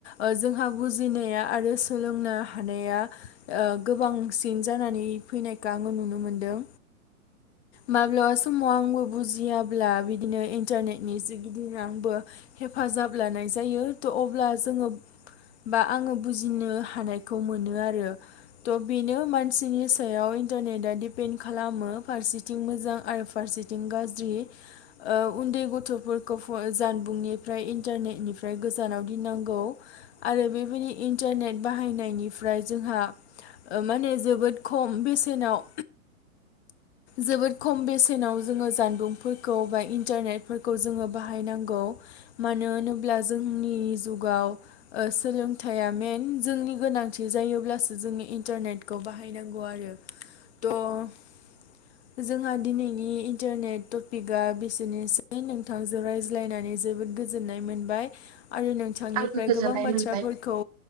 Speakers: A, on the left; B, on the right.
A: ओ जोंहा बुजिनाया। आरो सोलोंनो हानाया ओ गोबांसिन जानानै फैनायखौ आङो नुनो मोनदों माब्लाबा समाव आंबो बुजियाब्ला बिदिनो इन्टारनेटनि जुगिदिनो आंबो हेफाजाब लानाय जायो थ' अब्ला जोङो बा आङो बुजिनो हानायखौ मोनो आरो थ' बेनो मानसिनि सायाव इन्टारनेटआ डपेन्ड खालामो फारसे थिं मोजां आरो फारसेथिं गा ज्रि ओ उनदै गथ'फोरखौ जानबुंनिफ्राय इन्टारनेटनिफ्राय गोजानाव गिनांगौ आरो बेबादि इन्टारनेट बाहायनायनिफ्राय जोंहा ओ माने जोबोद खम बेसेनाव जोबोद खम बेसेनाव जों जानबुंफोरखौ बा इन्टारनेट फोरखौ जों बाहायनांगौ मानो होनोब्ला जोंनि जुगाव ओ सोलोंथाइ आ मेन जोंनि गोनांथि जायोब्लासो जोंनि इन्टारनेटखौ बाहायनांगौ आरो थ' जोंहा दिनैनि इन्टारनेट टपिकआ बिसेनोसै नोंथांजों रायज्लायनानै जोबोद गोजोननाय मोनबाय। आरो नोंथांनिफ्राय
B: आंबो गोजोननाय
A: गोबां बाथ्राफोरखौ
B: मोनबाय